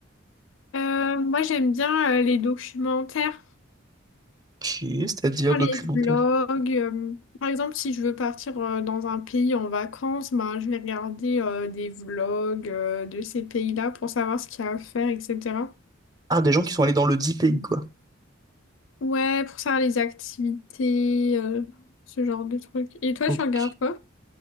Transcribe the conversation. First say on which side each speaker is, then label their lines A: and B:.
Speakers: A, on the left; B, on the right.
A: Euh, moi j'aime bien euh, les documentaires.
B: Ok, c'est-à-dire
A: Genre
B: documentaire.
A: les vlogs. euh, par exemple, si je veux partir euh, dans un pays en vacances, bah, je vais regarder euh, des vlogs euh, de ces pays-là pour savoir ce qu'il y a à faire, etc.
B: Ah, des gens qui sont allés dans le deep pays, quoi.
A: Ouais, pour savoir les activités, euh, ce genre de trucs. Et toi,
B: Ok,
A: tu regardes quoi?